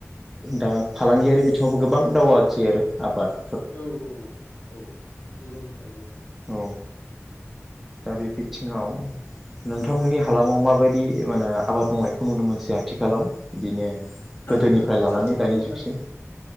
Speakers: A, in the centre; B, on the left.
A: दा फालांगियारि बिथिङावबो गोबां दावगासै आरो आबाद
B: औ औ औ औ नोंगौ नोथां नोंगौ।
A: औ दा बे बिथिङाव नोंथांमोननि हालामाव माबायदि माने आबाद मावनायखौ नुनो मोनसै आथिखालाव? बिदिनो गोदोनिफ्राय
B: आतसा
A: लानानै
B: नोंथाङा
A: दानि
B: जोंनि
A: जुगसिम